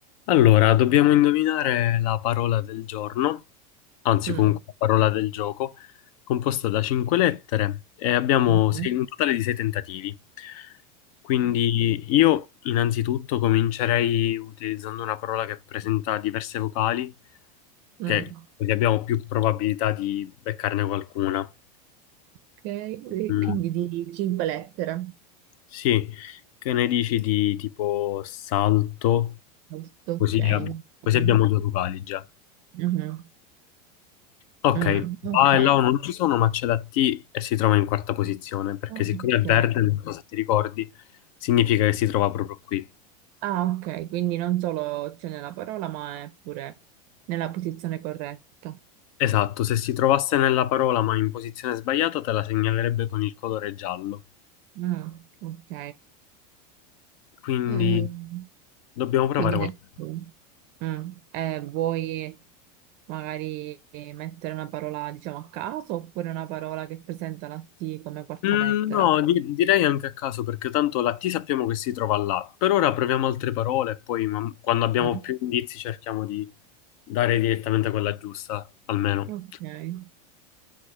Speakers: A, on the left; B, on the right.
A: Allora, dobbiamo indovinare la parola del giorno, anzi
B: Mm,
A: comunque la parola del gioco, composta da cinque lettere e abbiamo
B: ok,
A: sei- un totale di sei tentativi. Quindi io innanzitutto comincerei utilizzando una parola che presenta diverse vocali,
B: mm,
A: che così abbiamo più probabilità di beccarne qualcuna.
B: ok, e
A: Mm,
B: quindi di cinque lettere,
A: sì, che ne dici di tipo salto?
B: giusto?
A: Così,
B: Ok,
A: ab-
B: va
A: così
B: bene.
A: abbiamo due vocali già.
B: Mhm,
A: Ok,
B: mm,
A: va
B: ok,
A: e là non ci sono, ma c'è la T e si trova in quarta posizione, perché
B: ok.
A: siccome è verde, non so se ti ricordi, significa che si trova proprio qui.
B: Ah, ok, quindi non solo c'è nella parola, ma è pure nella posizione corretta.
A: Esatto, se si trovasse nella parola ma in posizione sbagliata, te la segnalerebbe con il colore giallo.
B: Mm, ok,
A: Quindi
B: Ehm,
A: dobbiamo provare
B: quindi
A: qualcosa.
B: adesso- mm, eh, vuoi magari mettere una parola, diciamo, a caso, oppure una parola che presenta la T come quarta
A: Mm,
B: lettera?
A: no, di- direi anche a caso, perché tanto la T sappiamo che si trova là. Per ora proviamo altre parole e poi man- quando abbiamo
B: Mm,
A: più indizi cerchiamo di dare direttamente quella giusta, almeno.
B: ok.